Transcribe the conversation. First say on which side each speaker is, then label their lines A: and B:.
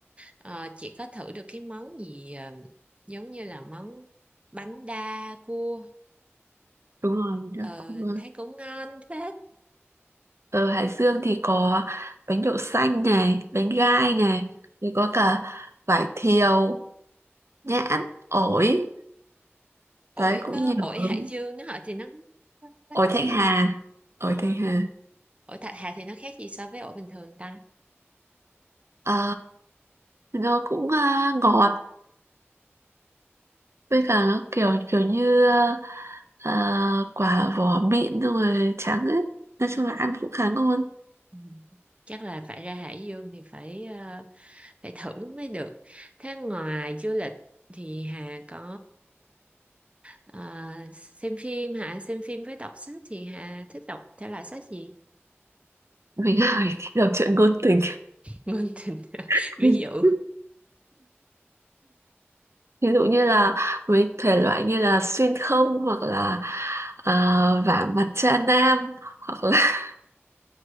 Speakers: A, on the right; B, on the right.
A: Ờ, chỉ có thử được cái món gì ờ, giống như là món bánh đa cua
B: đúng rồi mình đã-
A: Ờ,
B: cũng, ờ,
A: thấy cũng ngon phết
B: ở Hải Dương thì có bánh đậu xanh này bánh gai này rồi có cả vải thiều nhãn ổi
A: ổi
B: đấy cũng
A: có
B: nhiều
A: ổi
B: thứ
A: Hải Dương đó họ thì nó nó
B: ổi
A: cái
B: Thanh
A: gì
B: Hà ổi
A: à.
B: Thanh Hà
A: Ổi Thạch Hà thì nó khác gì so với ổi bình thường ta?
B: Ờ, nó cũng à, ngọt với cả nó kiểu kiểu như à, à, quả vỏ mịn xong rồi trắng ấy nói chung là ăn cũng khá ngon
A: Ừ. Chắc là phải ra Hải Dương thì phải ờ, phải thử mới được. Thế ngoài du lịch thì Hà có ờ, ờ, xem phim hả? Xem phim với đọc sách thì Hà thích đọc thể loại sách gì?
B: mình <laughs> hỏi thích
A: <laughs>
B: đọc truyện ngôn tình
A: Ngôn tình <laughs>
B: <laughs>
A: ví dụ
B: ví dụ như là với thể loại như là xuyên không hoặc là à, vả mặt cha nam hoặc là